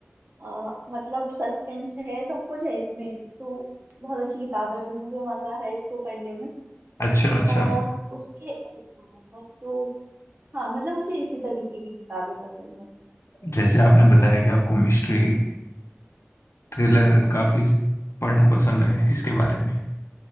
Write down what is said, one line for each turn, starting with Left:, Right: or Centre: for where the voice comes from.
Right: अ, मतलब सस्पेंस है सब कुछ है इसमें तो बहुत अच्छी किताब है अभी मुझे मजा आ रहा है इसको पढ़ने में
Left: अच्छा अच्छा
Right: आ, उसके अलावा तो हाँ मतलब मुझे इसी तरीके की किताबें पसंद है
Left: जैसे आपने बताया कि आपको मिस्ट्री थ्रिलर काफी पढ़ना पसंद है इसके बारे में